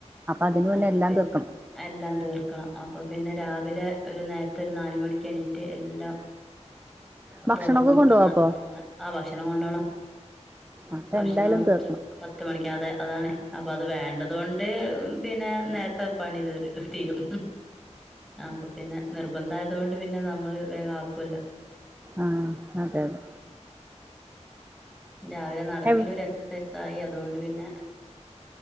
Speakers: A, on the right; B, in the centre.
A: അതിന്
B: ആ
A: മുന്നേ
B: അപ്പൊ
A: എല്ലാം
B: പിന്നെ
A: തീർക്കണം
B: എല്ലാം തീർക്കണം അപ്പം പിന്നെ രാവിലെ ഒരു നേരത്തെ ഒരു നാ മണിക്ക് എണീറ്റ് എല്ലാം
A: ഭക്ഷണൊക്കെ
B: തുടങ്ങും
A: കൊണ്ടോവോ
B: ആ
A: അപ്പൊ
B: ആ ഭക്ഷണം കൊണ്ടോണ
A: അപ്പൊ
B: ഭക്ഷണം
A: എന്തായാലും
B: ഉച്ച
A: തീർക്കണം
B: പത്ത് മണിക്ക് അതെ അതാണേ അപ്പൊ അത് വേണ്ടതൊണ്ട് പിന്നെ നേരത്തെ പണിത് തീരും അപ്പൊ പിന്നെ നിർബന്ധായതുകൊണ്ട് പിന്നെ നമ്മള് വേഗാക്കുവല്ലോ
A: ആഹ് അതെ അതെ
B: രാവിലെ നടക്കലു
A: എവ്
B: ഒരു എക്സസൈസായി അതുകൊണ്ട് പിന്നെ